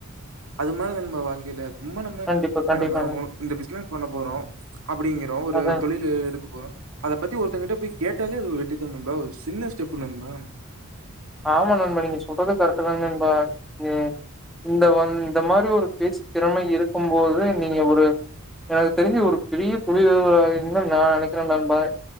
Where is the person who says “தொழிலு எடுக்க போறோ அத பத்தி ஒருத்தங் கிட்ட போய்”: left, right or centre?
Right